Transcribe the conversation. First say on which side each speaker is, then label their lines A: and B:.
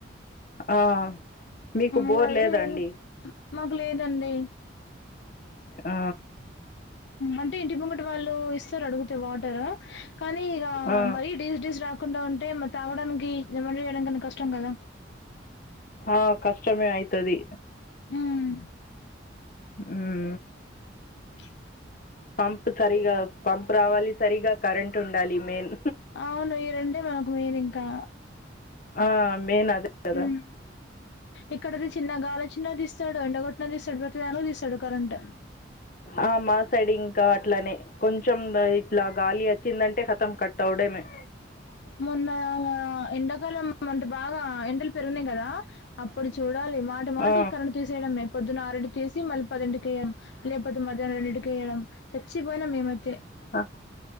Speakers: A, on the left (about 45°); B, on the left (about 65°).
A: ఆ మీకు బోర్
B: ఇక
A: లేదా
B: ఏం లేని
A: అండి.
B: మాకు లేదండి
A: ఆ
B: అంటే ఇంటి ముంగటా వాళ్ళూ ఇస్తారు అడిగుతే వాటరు కానీ ఇక
A: ఆ
B: మరీ డీస్ డీస్ రాకుండా ఉంటే మ తాగడాన్కి ఏమండ ఇయడానికి అంటే కష్టం గదా
A: ఆ కష్టమే అయితది
B: ఉమ్
A: ఉమ్
B: హామ్
A: పంప్ సరిగా పంప్ రావాలి సరిగా కరెంట్ ఉండాలి మెయిన్
B: అవును ఈ రెండే మనకు మెయిన్ ఇంకా
A: ఆ మెయిన్ అదే కదా
B: హ్మ్. ఇక్కడది చిన్న గాలొచ్చిన తీస్తాడు ఎండగొట్టిన తీస్తాడు ప్రతిదానికి తీస్తాడు కరెంట్
A: ఆ మా సైడ్ ఇంకా అట్లానే కొంచెం ఇట్లా గాలి వచ్చిందంటే కతం కట్ అవడమే
B: <unintelligible> మొన్న ఎండాకాలం అంటే బాగా ఎండలు పెరిగినాయి కదా అప్పుడు చూడాలి మాట మాట
A: ఆ
B: ఈ కరెంటు తీసేయడమే పొద్దున్న ఆరింటికి తీసి మళ్ళీ పదింంటికయ లేకపోతే మధ్యాహ్నం రెండింటికి వేయడం చచ్చిపోయినా మేమైతే
A: ఆ